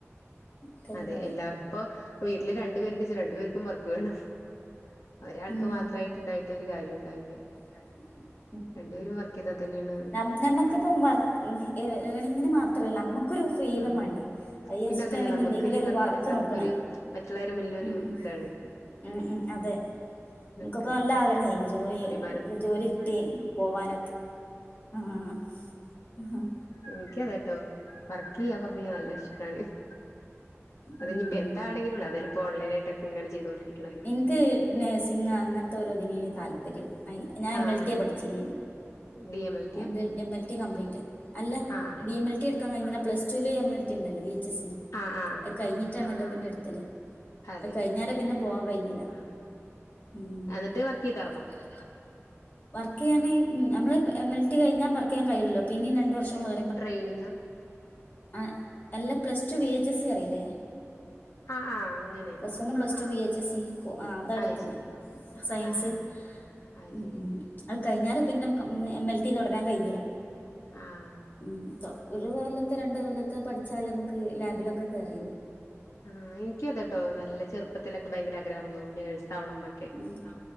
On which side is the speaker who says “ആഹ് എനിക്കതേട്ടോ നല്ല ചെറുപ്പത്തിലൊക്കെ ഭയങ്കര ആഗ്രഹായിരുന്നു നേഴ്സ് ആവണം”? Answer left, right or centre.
Left